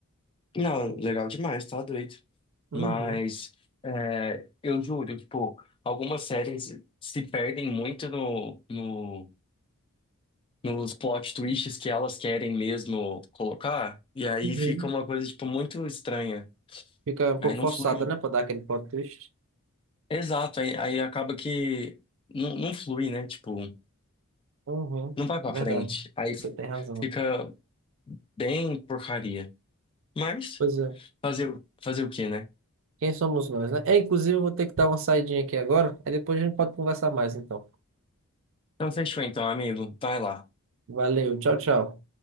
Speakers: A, on the left; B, on the right.
A: Não, legal demais, tá doido.
B: Uhum.
A: Mas é, eu juro, tipo, algumas séries se perdem muito no, no- nos plot twists que elas querem mesmo colocar, e aí
B: Uhum.
A: fica uma coisa, tipo, muito estranha.
B: Fica um pouco
A: Aí não
B: forçada,
A: flui.
B: né, pra dar aquele plot twist.
A: Exato, aí, aí acaba que não, não flui, né? Tipo,
B: Uhum.
A: não vai pra
B: Verdade.
A: frente. Aí
B: Você tem razão.
A: fica bem porcaria. Mas
B: Pois é.
A: fazer, fazer o quê, né?
B: Quem somos nós, né? É, inclusive, eu vou ter que dar uma saidinha aqui agora, aí depois a gente pode conversar mais, então.
A: Então fechou então, amigo. Vai lá.
B: Valeu, tchau, tchau.